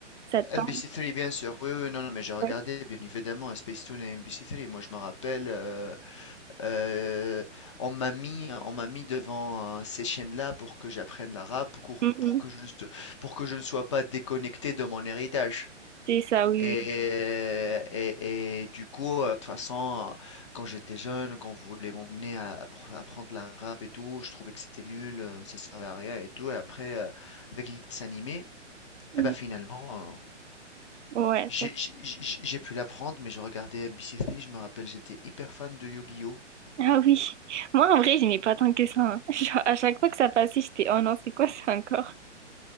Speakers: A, on the right; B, on the left.
A: ça te
B: MBC3
A: parle.
B: bien sûr. Oui, oui, non, non, mais j'ai regardé
A: ouais.
B: bien évidemment à Spacetoon et MBC3. Moi, je me rappelle, euh, Euh, on m'a mis, on m'a mis devant euh, ces chaînes-là pour que j'apprenne l'arabe, pour,
A: Mm,
B: que- pour
A: mm.
B: que je ne, se- pour que je ne sois pas déconnecté de mon héritage.
A: C'est ça, oui.
B: Et, et, et du coup, euh, de toute façon, euh, quand j'étais jeune, quand on voulait m'emmener à, pour apprendre l'arabe et tout, je trouvais que c'était nul, euh, ça servait à rien et tout. Et après, euh, avec les dessins animés,
A: oui.
B: eh ben finalement, euh,
A: Ouais.
B: j'ai
A: ça- <laughs>
B: j'ai- j'ai- j'ai pu l'apprendre, mais je regardais MBC3, je me rappelle, j'étais hyper fan de Yu-Gi-Oh!
A: Ah oui. Moi, en vrai, j'aimais pas tant que ça. hein. <laughs> Genre, à chaque fois que ça passait, j'étais, oh non, c'est quoi ça encore?